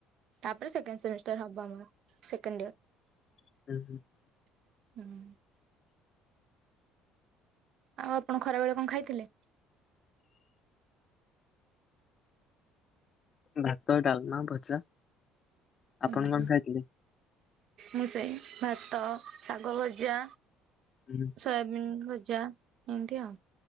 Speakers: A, on the right; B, on the left.
A: ତା'ପରେ ସେକେଣ୍ଡ୍ ସେମିଷ୍ଟାର୍ ହବ ଆମର, ସେକେଣ୍ଡ୍ ୟର୍
B: <inaudible>
A: <inaudible> ଆଉ---ଖରା ବେଳେ କ'ଣ ଖାଇଥିଲେ?
B: ଭାତ, ଡ଼ାଲ୍‌ମା, ଭଜା,
A: ଉଁ
B: ଆପଣ
A: ହୁଁ
B: କ'ଣ ଖାଇଥିଲେ?
A: ମୁଁ ଭାତ, ଶାଗ ଭଜା
B: ହୁଁ।
A: ସୋୟାବିନ୍ ଭଜା ଇନ୍ତି ଆଉ।